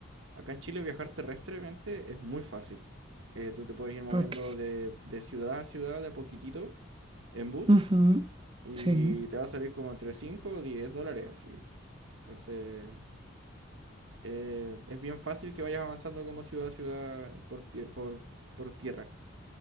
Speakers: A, on the right; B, on the right.
A: acá en Chile viajar terrestremente es muy fácil. Eh, tú te puedes ir moviendo
B: Ok.
A: de, de ciudad a ciudad de a poquitito en bus
B: Ujú,
A: y
B: Sí.
A: te va a salir como entre 5 o 10 dólares así. Entonces, eh, es bien fácil que vayas avanzando como ciudad a ciudad por, pie- por, por tierra.